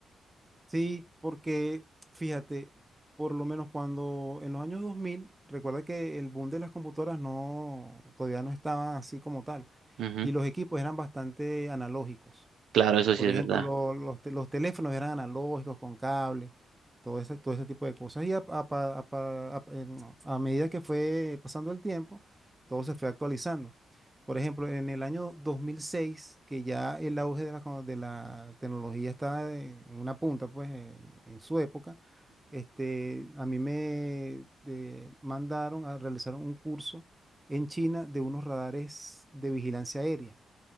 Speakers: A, on the right (about 15°); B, on the right (about 80°).
A: Sí, porque fíjate, por lo menos cuando en los años 2000, recuerda que el boom de las computadoras no, todavía no estaba así como tal
B: Ujú.
A: y los equipos eran bastante analógicos.
B: Claro, eso sí
A: Por
B: es
A: ejemplo,
B: verdad.
A: lo- los, te- los teléfonos eran analógicos con cable, todo ese, todo ese tipo de cosas. Y a, a pa- a pa- a- en- a medida que fue pasando el tiempo, todo se fue actualizando. Por ejemplo, en el año 2006, que ya el auge de la, co- de la tecnología estaba en en una punta, pues, en en su época, este, a mí me eh, mandaron a realizar un curso en China de unos radares de vigilancia aérea